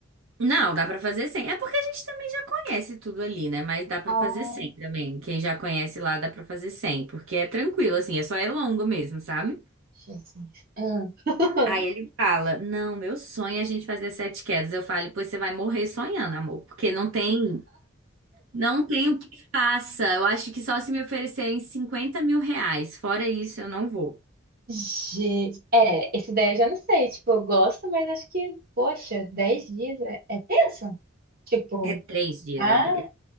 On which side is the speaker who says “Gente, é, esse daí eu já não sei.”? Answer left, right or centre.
Right